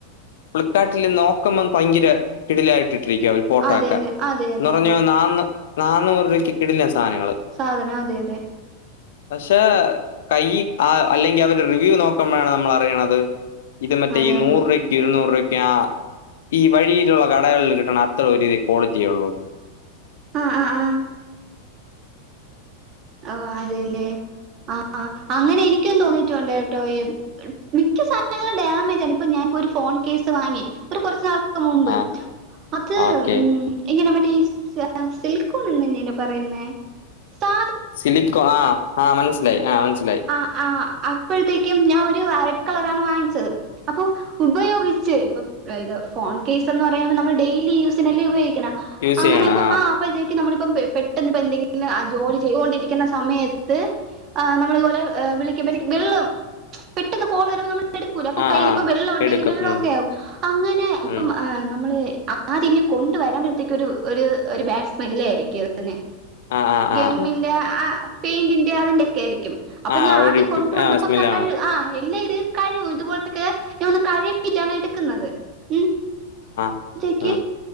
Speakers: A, on the left (about 55°); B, on the right (about 35°).
A: ഫ്ളിപ്പ്കാട്ടിൽ നോക്കുമ്പോ ഭയങ്കര കിടിലായിട്ട് ഇട്ടിരിക്കാവും ഫോട്ടോ
B: അതെ
A: ഒക്കെ
B: അതെ അതെ
A: എന്ന്
B: അതെ
A: പറഞ്ഞാ
B: അതെ
A: നാന്നൂ നാന്നൂറ് രൂപയ്ക്ക് കിടിലൻ സാധനങ്ങൾ
B: സാധനം അതെ അതെ
A: പക്ഷേ കൈയ്യ് ആ അല്ലെങ്കിൽ അവര് റിവ്യൂ നോക്കമ്പഴേണ് ന നമ്മള് അറിയിണത് ഇത് മറ്റേ
B: അതെ
A: നൂറ്
B: അതെ
A: രൂപ ഇരുന്നൂറ് രൂപക്ക്യാ ഈ വഴിയില് ഉള്ള കടകളിൽ കിട്ടണം അത്രം ഒരു ക്വാളിറ്റി ഒള്ളൂ
B: ആ ആ ആഹ് ഓ അതേല്ലേ ആഹ് അങ്ങനെ എനിക്കും തോന്നിട്ട് ഉണ്ട് കേട്ടോ- മിക്ക സാധനങ്ങളും ഡാമേജ് ആണ് ഇപ്പൊ ഞാന് ഇപ്പോ ഒരു ഫോൺ കേസ് വാങ്ങി ഒരു കൊറച്ച് നാൾ ക് മുമ്പ്
A: ആ
B: അത്
A: ഓക്കെ
B: ഉം ഇങ്ങനേ മറ്റേ ഈ സിലിക്കോണെന്നെന്നല്ലേ പറയുന്നേ സാ
A: സിലികോണ് ആ ആഹ് മനസ്സിലായി ആ മനസ്സിലായി,
B: ആ അപ്പൊഴ്ത്തേക്കും ഞാൻ ഒരു റെഡ് കളറാണ് വാങ്ങിച്ചത്. അപ്പൊ ഉപയോഗിച്ച്
A: ആ
B: ഇപ്പം അതായത് ഫോൺ കേസെന്ന് പറയുമ്പോ നമ്മൾ ഡെയിലി യൂസിനല്ലേ ഉപയോഗിക്ക്ണെ
A: യൂസ്
B: അങ്ങനെപ്പം
A: ചെയ്യണം
B: ആ പ്പം ഇതേക്ക് നമ്മളിപ്പം പെ പെട്ടന്ന് എന്തെങ്കിലുപ്പം ജോലി ചെയ്തുകൊണ്ടിരിക്കുന്ന സമയത്ത് നമ്മള് ഇതുപോലെ വിളിക്കുമ്പോ എനിക്ക് വെള്ളം- പെട്ടന്ന് കോള് വരുമ്പോൾ നമ്മൾ - എടുക്കൂല അപ്പ
A: ആ
B: കൈയില്
A: ആ
B: ഇപ്പ വെള്ള ഒണ്ടെങ്കിൽ
A: എടുക്കും
B: വെള്ളമൊക്കെ
A: ഉം
B: ആകും അങ്ങനെ ഇപ്പം
A: ഉം
B: നമ്മള് ആ - അത് ഇങ്ങ് കൊണ്ടുവരാമ്പോഴത്തേക്ക് ഒരു ഒരു ബാട് സ്മെല്ല് ആയിരിക്കും അതിന്
A: ആഹ് ആഹ് ആഹ്
B: മമിന്റ് ആ പെയിന്റിന്റെ അതിന്റെ ഒക്കെ ആയിരിക്കും അപ്പൊ
A: ആ
B: ഞാൻ
A: ഒരു
B: ആദ്യം കൊണ്ട
A: ആ
B: വന്നപ്പോ
A: സ്മെല്ലാണ്
B: ഹാ ആ ഇല്ല ഇത് കഴുകും ഇതുപോലത്തക്കെ ഒന്ന് കഴുകിട്ടാണ് എടുക്കുന്നത് ഉം
A: ഉ <inaudible>
B: എനിക്ക്